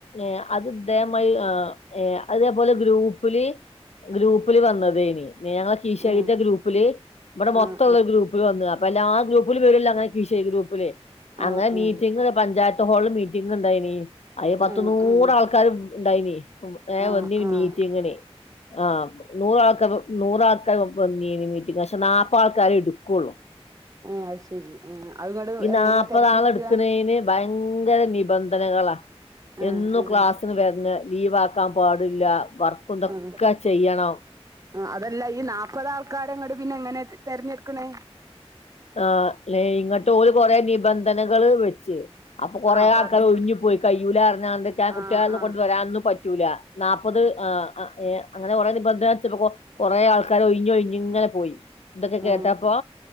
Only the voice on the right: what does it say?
ആഹ്
ആഹ്
ആഹ്
ആഹ്
ആഹ്
ആഹ്
ആഹ്
ആഹ്
ഏഹ് അഅ് ശരി ആ അഅ് ങ്ങട്
എങ്ങനാ
തെരഞ്ഞെട്ക്കാ?
ഏഹ്
ഏഹ്
ആഹ്
ആഹ് അതല്ല ഈ നാല്പ്പത് ആൾക്കാരെ ങ്ങട് പിന്നെ എങ്ങനെ തെരഞ്ഞെടുക്കണേ
ആഹ്
അതിന്
ആഹ് ആഹ്
ആഹ്